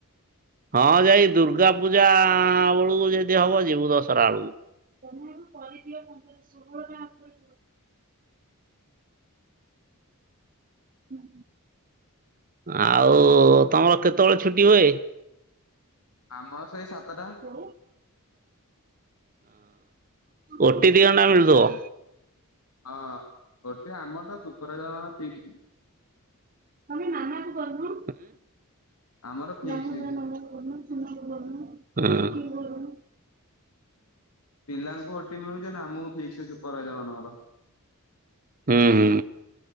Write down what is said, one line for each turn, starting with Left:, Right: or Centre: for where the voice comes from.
Right: ହଁ ଯାଇ ଦୁର୍ଗା ପୂଜା ଆଁ ବେଳକୁ ଯଦି ହବ ଯିବୁ ଦଶହରା ବେଳକୁ। ତମେ ଏବୁ କରିଦିଅ ପନ୍ଦର ଷୋହଳ ଟା ଆାତ। ହୁଁ। ଆଉ ତମର କେତେବେଳେ ଛୁଟି ହୁଏ?
Left: ଆମର ସେଇ ସାତଟା।
Right: ହଁ ଓଟି ଦେଇ ଅଣ୍ଡା ମିଳୁଥିବ।
Left: ହଁ ଗୋଟେ ଆମର ତ ସୁପର ଜଣ ଷ୍ଟ୍ରୀଟ।
Right: ଆମେ ନାନାକ କରନୁ
Left: ଆମର ଫିକ୍ସ
Right: ଜାମ ନାନା କରୁ। <unintelligible>
Left: ପିଲାଙ୍କୁ ଓଟି ମିଳୁଛି ନା ଆମକୁ ଫିକ୍ସ ସୁପରଭାଇଜର ମାନଙ୍କର
Right: ହୁଁ ହୁଁ